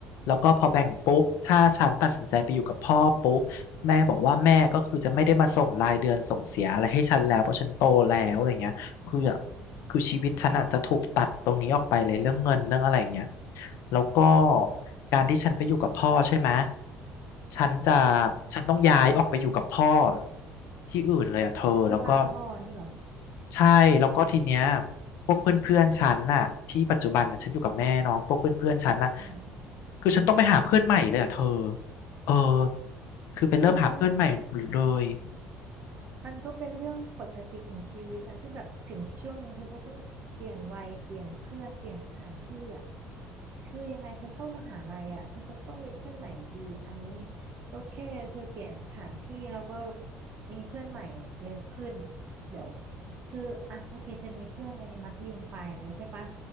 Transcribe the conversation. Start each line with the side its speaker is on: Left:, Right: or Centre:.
Left: แล้วก็พอแบ่งปุ๊บถ้าฉันตัดสินใจไปอยู่กับพ่อปุ๊บแม่บอกว่าแม่ก็คือจะไม่ได้มาส่งรายเดือนส่งเสียอะไรให้ฉันแล้วเพราะฉันโตแล้วอะไรเงี้ย คือแบบคือชีวิตฉันอาจจะถูกตัดตรงนี้ออกไปเลยเรื่องเงินเรื่องอะไรอย่างเงี้ยแล้วก็การที่ฉันไปอยู่กับพ่อใช่ไหมฉันจะฉันต้องย้ายออกไปอยู่กับพ่อที่อื่นเลยอ่ะเธอแล้วก็
Right: ที่บ้านพ่ออย่างนี้เหรอ
Left: ใช่แล้วก็ทีเนี้ยพวกเพื่อนๆฉันน่ะที่ปัจจุบันน่ะฉันอยู่กับแม่เนาะพวกเพื่อนๆฉันน่ะ
Right: อ่า
Left: คือฉันต้องไปหาเพื่อนใหม่เลยอ่ะเธอเออคือไปเริ่มหาเพื่อนใหม่หมดเลย
Right: คือมันก็ มันก็เป็นเรื่องปกติของชีวิตอะที่แบบถึงช่วงหนึ่งเธอก็ต้องเปลี่ยนวัยเปลี่ยนเพื่อนเปลี่ยนสถานที่อะคือยังไงเธอเข้ามหาลัยอะเธอก็ต้องมีเพื่อนใหม่อยู่ดีอันนี้ก็แค่เธอเปลี่ยนสถานที่แล้วก็มีเพื่อนใหม่เร็วขึ้นเดี๋ยวคืออ่ะโอเคเธอมีเพื่อนในมัธยมปลายแล้วใช่ปะ